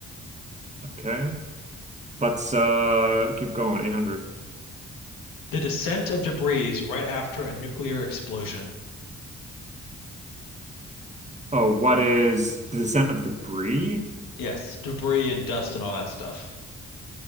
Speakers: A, on the right; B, on the left.
A: Okay. Let's uh keep going. 800.
B: The descent of debris right after a nuclear explosion.
A: Oh, what is the descent of the Bree?
B: Yes, debris and dust and all that stuff.